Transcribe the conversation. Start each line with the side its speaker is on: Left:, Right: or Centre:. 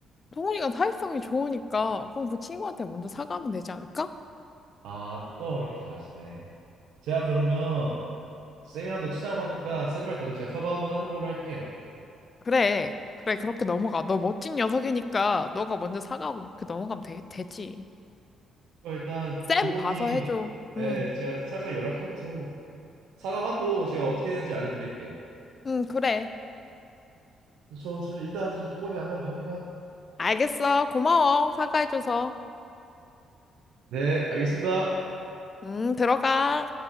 Left: 동훈이가 사회성이 좋으니까 그럼 그 친구한테 먼저 사과하면 되지 않을까?
Right: 아, 또 이렇게 가시네. 제가 그러면 쌤이랑도 친하고 하니까 쌤 말 들어서 제가 사과 한번 하는 걸로 할게요.
Left: 그래, 그래 그렇게 넘어가. 너 멋진 녀석이니까 너가 먼저 사과하고 그렇게 넘어가면 되, 되지.
Right: 그럼 일단
Left: 쌤
Right: 동훈이
Left: 봐서 해줘.
Right: 예,
Left: 응,
Right: 제가 살짝 연락해보소. 사과하고 제가 어떻게 되는지 알려드릴게요.
Left: 응 그래.
Right: 저, 저 일단 동훈이 만나러 갑니다.
Left: 알겠어. 고마워. 사과해줘서.
Right: 네, 알겠습니다.
Left: 음, 들어가.